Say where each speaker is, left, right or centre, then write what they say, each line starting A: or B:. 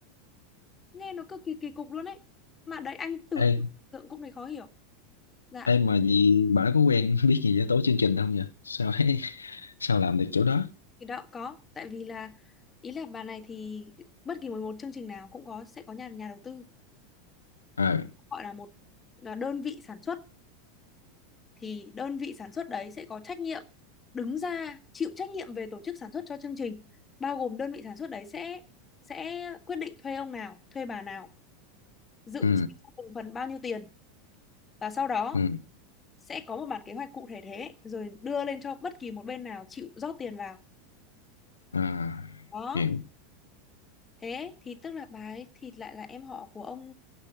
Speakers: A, on the left; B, on the left.
A: Nghe nó cực kỳ kỳ cục luôn ấy. Mà đấy anh tự
B: ê
A: tưởng cũng thấy khó hiểu. Dạ,
B: ê mà gì bà có quen <laughs> biết gì về tổ chương trình không vậy sao ấy <laughs> sao làm được chỗ đó
A: thì đó có, tại vì là ý là bà này thì bất kỳ một một chương trình nào cũng có sẽ có nhà nhà đầu tư,
B: à
A: gọi là một là đơn vị sản xuất thì đơn vị sản xuất đấy sẽ có trách nhiệm đứng ra chịu trách nhiệm về tổ chức sản xuất cho chương trình bao gồm đơn vị sản xuất đấy sẽ sẽ quyết định thuê ông nào thuê bà nào dự
B: ừ
A: chi cho từng phần bao nhiêu tiền và sau đó
B: ừ
A: sẽ có một bản kế hoạch cụ thể thế rồi đưa lên cho bất kỳ một bên nào chịu rót tiền vào
B: à
A: đó
B: hiểu
A: thế thì tức là bà ấy thì lại là em họ của ông